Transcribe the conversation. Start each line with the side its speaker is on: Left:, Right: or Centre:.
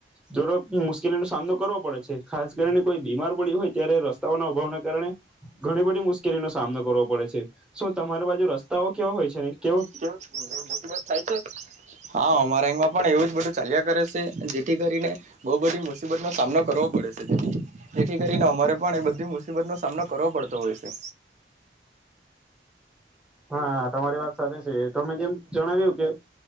Centre: જડક મુશ્કેલીનોો સામનો કરવો પડે છે ખાસ કરીને કોઈ બીમાર પડી્યું હોય ત્યારે રસ્તાઓના અભાવને કારણે ઘણી બધી મુશ્કેલીનોો સામનો કરવો પડે છે સ તમારી બાજુ રસ્તાઓ કેવા હોય છે ને? કેવ
Right: કેવું મુસીબત થાય છે. હા અમારે અમાં પણ એવું જ બધું ચાલ્યા કરે છે જેથી કરીને બહ બધી મુસીબતનોો સામનો કરવો પડે છે જેથી કરીને અમારે પણ એ બધી મુસીબત નો સામનો કરવો પડતો હોય છે.
Centre: હા. તમારી વાત સાથે છે તો મેં જેમ જણાવ્યું કે